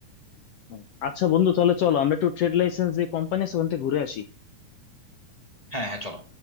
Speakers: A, on the left (about 70°); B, on the left (about 15°).
A: হুম। আচ্ছা বন্ধু তাহলে চলো আমরা একটু ট্রেড লাইসেন্স যে কোম্পানি আছে ওখান থেকে ঘুরে আসি
B: হ্যাঁ হ্যাঁ চলো